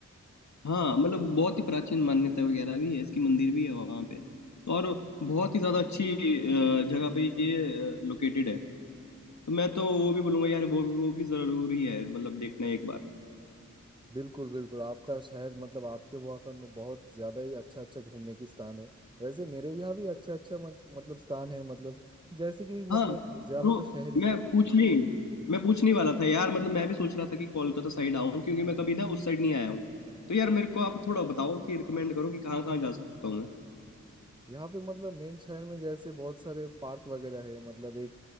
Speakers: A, on the left (about 65°); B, on the right (about 15°).
A: हाँ मतलब बहुत ही प्राचीन मान्यता वगैरह भी है इसकी मंदिर भी है वहाँ पे तो और बहुत ही ज़्यादा अच्छी अ, जगह पे ये लोकेटेड है तो मैं तो वो भी बोलूँगा यार वो भी वो भी ज़रूरी है मतलब देखना एक बार
B: बिल्कुल बिल्कुल आपका शहर मतलब आपके वहाँ का न- बहुत ज्यादा ही अच्छा अच्छा घूमने की स्थान है वैसे मेरे यहाँ भी अच्छा अच्छा मच- मतलब स्थान है मतलब जैसे कि
A: हाँ
B: मतलब ज्यादातर
A: ब्रो
B: शहरी
A: मैं पूछने मैं पूछने वाला था यार मतलब मैं भी सोच रहा था कि कोलकाता साइड आऊँ क्योंकि मैं कभी ना उस साइड नहीं आया हूँ तो यार मेरे को आप थोड़ा बताओ कि रिकमेंड करो कि कहाँ कहाँ जा सकता हूँ मैं
B: यहाँ पे मतलब मेन शहर में जैसे बहुत सारे पार्क वगैरह है मतलब एक